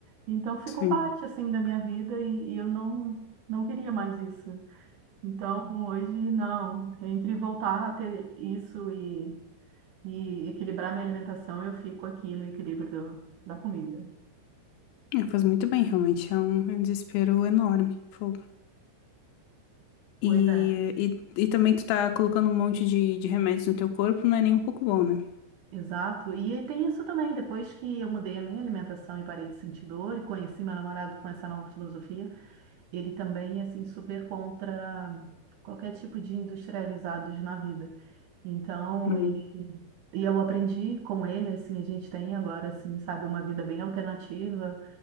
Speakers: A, on the right (about 80°); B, on the left (about 80°).
A: Então ficou
B: Sim.
A: parte assim da minha vida e, e eu não não queria mais isso. Então hoje não, entre voltar a ter isso e, e equilibrar minha alimentação, eu fico aqui no equilíbrio do, da comida.
B: É, Faz muito bem, realmente. É um, é um desespero enorme. Fogo.
A: Pois
B: E,
A: é.
B: e, e também tu tá colocando um monte de, de remédios no teu corpo, não é nem um pouco bom, né?
A: Exato. E tem isso também, depois que eu mudei a minha alimentação e parei de sentir dor e conheci meu namorado com essa nova filosofia, ele também é assim super contra qualquer tipo de industrializados na vida. Então,
B: Hum.
A: ele e eu aprendi com ele assim, a gente tem agora assim, sabe, uma vida bem alternativa.